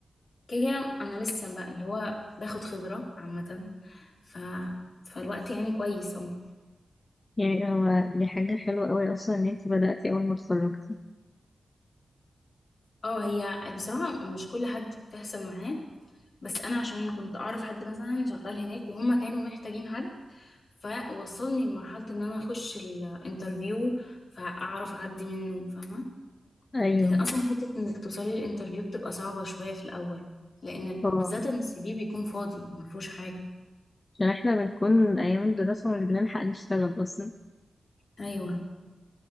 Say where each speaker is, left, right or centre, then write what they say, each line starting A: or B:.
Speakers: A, on the left (about 55°); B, on the left (about 30°).
A: كده كده انا لسه بقى اللي هو باخد خبرة عامة ف... فالوقت يعني كويس اه
B: يعني هو دي حاجة حلوة قوي أصلا إن انتي بدأتي أول ما اتخرجتي
A: اه هي بصراحة مش كل حد بتحصل معاه بس انا عشان كنت اعرف حد مثلا شغال هناك وهم كانوا محتاجين حد فوصلني لمرحلة ان انا اخش الانترفيو فاعرف اعدي منه فاهمة
B: أيوه
A: لكن اصلا حتة انك توصلي الانترفيو بتبقى صعبة شوية في الاول لان
B: اه
A: بالذات ان السي في بيكون فاضي ما فيهوش حاجة
B: عشان احنا بنكون أيام الدراسة مش بنلحق نشتغل أصلا
A: ايوه